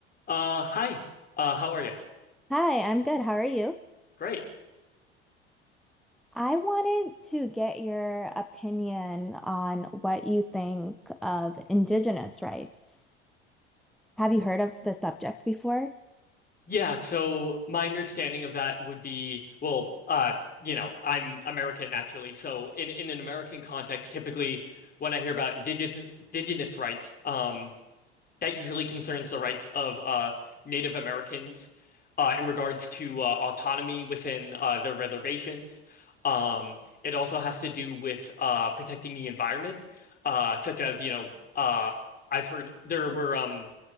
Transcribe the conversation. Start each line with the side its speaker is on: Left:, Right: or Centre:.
Left: Uh, hi. Uh, how are you?
Centre: Hi, I'm good. How are you?
Left: Great.
Centre: I wanted to get your opinion on what you think of Indigenous rights. Have you heard of the subject before?
Left: Yeah, so my understanding of that would be, well, uh, you know, I'm American naturally, so in in an American context, typically when I hear about indigenous indigenous rights, um, that usually concerns the rights of uh Native Americans uh in regards to uh, autonomy within uh their reservations. Um, it also has to do with uh protecting the environment, uh, such as, you know, uh I've heard there were um